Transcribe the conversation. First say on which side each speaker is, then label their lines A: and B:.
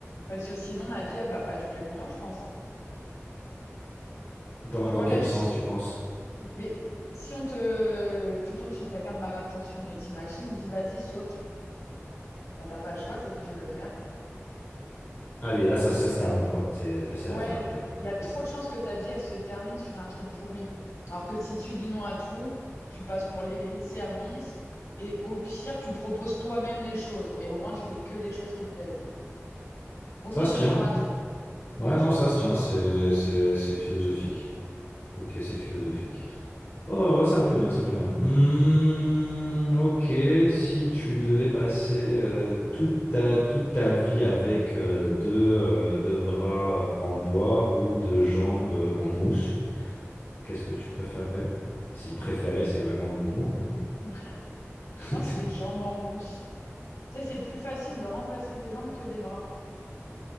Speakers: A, on the left; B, on the left.
A: parce que sinon, ma vie, elle va pas durer longtemps, je pense.
B: Dans,
A: Tu
B: dans
A: vois, même
B: quel
A: si
B: sens, tu penses?
A: Mais si on te, tu tombes sur quelqu'un de mal intentionné, t'imagines, il dit vas-y, saute. Bah, t'as pas le choix, t'es obligé de le faire.
B: Ah, mais là, ça, ça se termine, quoi. C'est, là, c'est
A: Ouais,
B: la fin après, ouais.
A: il y a trop
B: C'est ça.
A: de chances que ta vie, elle se termine sur un truc pourri. Alors que si tu dis non à tout, tu passes pour l'aigri de service et au pire, tu proposes toi-même les choses et au moins, tu fais que des choses qui te plaisent. Vaut mieux
B: Ça
A: dire
B: se tient.
A: non à tout. Ouais,
B: Ouais,
A: je
B: non,
A: pense.
B: ça se tient. C'est, c'est, c'est philosophique. Ok, c'est philosophique. Oh, oh, oh, ça me plaît bien, ça me plaît bien. Hmm, ok, si tu devais passer euh, toute ta, toute ta vie avec euh, deux, euh, deux bras euh, en bois ou deux jambes euh, en mousse, qu'est-ce que tu préférerais? Si préférer, c'est vraiment le bon mot, mais...
A: <laughs>
B: <laughs>
A: Je pense les jambes en mousse. Tu sais, c'est plus facile de remplacer des jambes que des bras.